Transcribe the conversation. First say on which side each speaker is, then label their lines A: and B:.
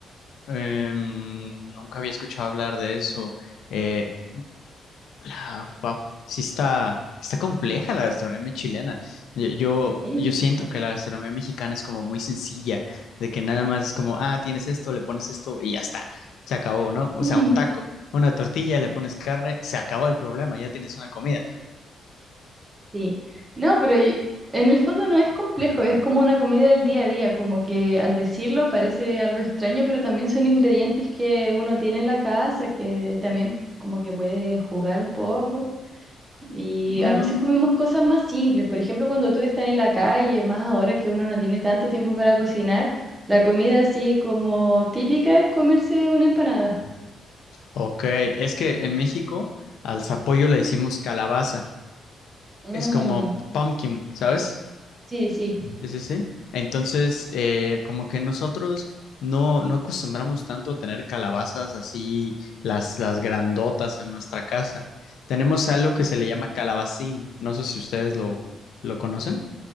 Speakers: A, on the left; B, on the right.
A: Em, nunca había escuchado hablar de eso. Eh, Ah, wow, sí está, está compleja la gastronomía chilena. Yo, yo,
B: Sí.
A: yo siento que la gastronomía mexicana es como muy sencilla, de que nada más es como, ah, tienes esto, le pones esto y ya está, se acabó, ¿no? O
B: <laughs>
A: sea, un taco, una tortilla, le pones carne, se acabó el problema, ya tienes una comida.
B: Sí, no, pero y- en el fondo no es complejo, es como una comida del día a día, como que al decirlo parece algo extraño, pero también son ingredientes que uno tiene en la casa, que también como que puede jugar un poco. Y
A: Mm,
B: a veces comemos cosas más simples, por ejemplo, cuando tú estás en la calle, más ahora que uno no tiene tanto tiempo para cocinar, la comida así como típica es comerse una empanada.
A: ok, es que en México al zapallo le decimos calabaza,
B: Mm,
A: es como pumpkin, ¿sabes?
B: Sí, sí,
A: Sí, sí, sí. Entonces, eh, como que nosotros no, no acostumbramos tanto a tener calabazas así, las, las grandotas en nuestra casa. Tenemos algo que se le llama calabacín. No sé si ustedes lo, lo conocen.